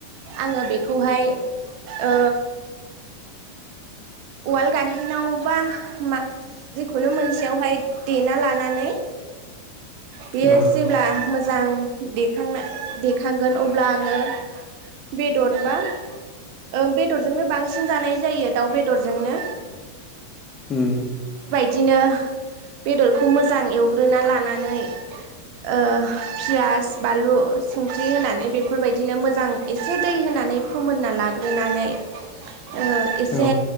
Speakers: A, on the right (about 45°); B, on the left (about 25°).
A: आङो बेखौहाय ओ उवाल गाहेनाव बा मा जिखुनु मोनसेयावहाय देना लानानै बेयो
B: औ
A: जेब्ला मोज जां देखांनाय देखांगोन अब्ला आङो बेदर बा ओ बेदरजोंनो‌ बां सिन जानाय जायो दाउ बेदर जोंनो
B: उम
A: दिनो बेदरखौ मोजां एवग्रोना लानानै ओ पियास बानलु संख्रि होनानै बेफोरबायदिनो मोजां एसे दै होनानै फोमोनना लाग्रोनानै ओ एसे
B: औ